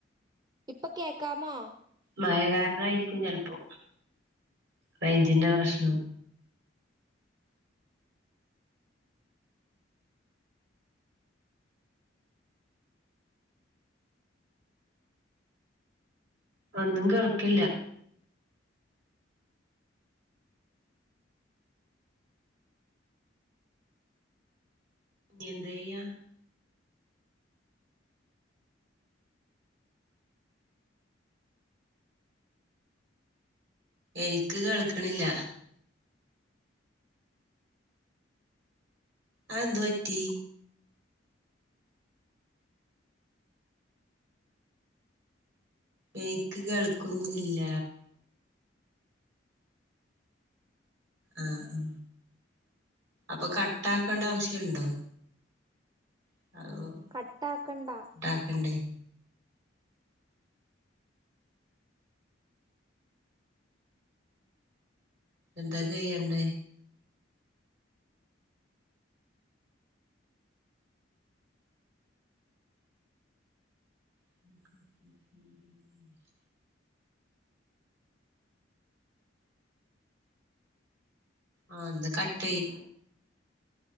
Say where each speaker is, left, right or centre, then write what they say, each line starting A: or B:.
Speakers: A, on the right; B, on the right.
A: ഇപ്പൊ കേക്കാമോ
B: മഴകാരനായിരിക്കും ചെൽപ്പോ റൈഞ്ചിന്റെ പ്രശ്നം ഒന്നും കേൾക്കില്ല നി എന്തയ്യ എനിക്ക് കേൾക്ക്ണ്ല്ല ആ എന്ത് പറ്റി എനിക്ക് കേൾക്കുന്നില്ല ആഹ് ആഹ് അപ്പൊ കട്ടാക്കേണ്ട ആവശ്യണ്ടോ <unintelligible>
A: കട്ടാക്കണ്ട
B: ട്ടാക്കണ്ടേ എന്താ ചെയ്യണ്ടേ <unintelligible> ആഹ് ന്ത കട്ടയി